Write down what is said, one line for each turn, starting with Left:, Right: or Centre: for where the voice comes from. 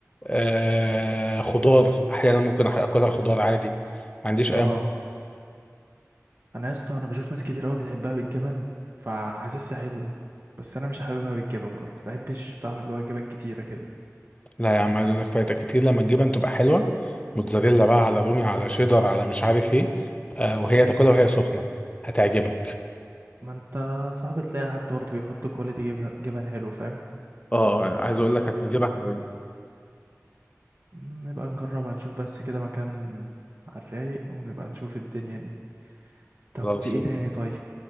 Left: آه، خضار احيانا ممكن أح- اكلها خضار عادي ما عنديش
Right: اه
Left: اي مشكلة.
Right: انا يا اسطى انا بشوف ناس كتير قوي بتحبها بالجبن فحاسسها حلوة بس انا مش حاببها بالجبن برضه بحبش طعم اللي هو جبن كتيرة كده
Left: لا يا عم عايز اقول لك فايتك كتير لما الجبن تبقى حلوه موتزاريلا بقى على رومي على شيدر على مش عارف ايه آه، وهي تاكلها وهي سخنه هتعجبك
Right: ما انت صعب تلاقي حد برضه بيحط كواليتي جبن جبن حلو فاهم
Left: اه عايز اقول لك هتعجبك أوي.
Right: م، نبقى نجربها نشوف بس كده مكان على الرايق ونبقى نشوف الدنيا دي طب
Left: خلاص
Right: في ايه تاني طيب